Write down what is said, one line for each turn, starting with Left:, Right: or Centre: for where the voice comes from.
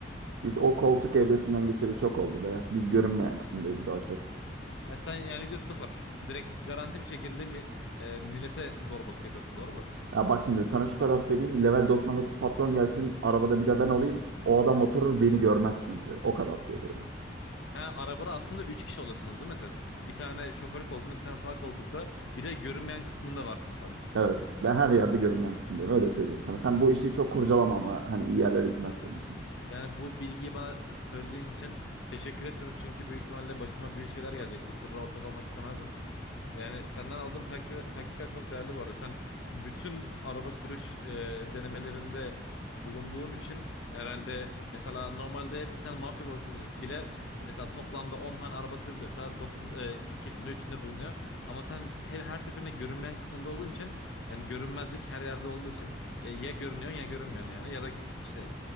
Right: Biz o koltuk evresinden geçeli çok oldu be. Biz görünmeyen kısımdayız daha çok.
Left: Ha, sen yani yüzde sıfır. Direkt garanti bir şekilde mi- e, millete zorbalık yapıyorsun. Doğru mudur?
Right: Ya bak şimdi sana şu kadar söyleyeyim. Level 99 patron gelsin, arabada bir de ben olayım. O adam oturur beni görmez çünkü. O kadar söylüyorum.
Left: Ha, arabada aslında üç kişi oluyorsunuz değil mi siz? Bir tane şoför koltuğunda, bir tane sağ koltukta, bir de görünmeyen kısmında varsın sen.
Right: Evet. Ben her yerde görünmeyen kısımdayım. Öyle söyleyeyim sana. Sen bu işi çok kurcalama ama hani iyi yerlere gitmez senin için.
Left: Yani bu bilgiyi bana söylediğin için teşekkür etmiyorum. Çünkü büyük ihtimalle başıma büyük şeyler gelecek. Bu sırra ortak olmak istemezdim. Yani senden aldığım takti- taktikler çok değerli bu arada. Sen bütün araba sürüş e, denemelerinde bulunduğun için herhalde mesela normalde bir tane mafya babası bile bile e, mesela toplamda 10 tane araba sürülüyorsa dokuz e, ikisinde üçünde bulunuyor. Ama sen her, her seferinde görünmeyen kısmında olduğun için yani görünmezlik her yerde olduğu için ya, ya görünüyorsun ya görünmüyorsun yani ya da gü- işte